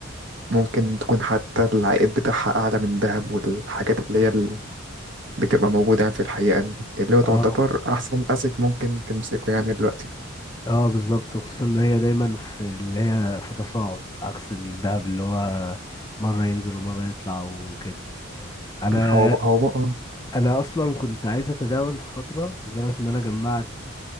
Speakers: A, on the right (about 55°); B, on the left (about 15°).
A: ممكن تكون حتى العائد بتاعها اعلى من الذهب والحاجات اللي هي اللي بتبقى موجودة يعني في الحقيقة اللي هو تعتبر
B: اه
A: احسن اسيت ممكن تمسكه يعني دلوقتي
B: اه بالظبط وخصوصا ان هي دايما في اللي هي في تصاعد عكس الذهب اللي هو مرة ينزل ومرة يطلع وكده انا
A: هو هو
B: انا اصلا كنت عايز اتداول في فترة لدرجة ان انا جمعت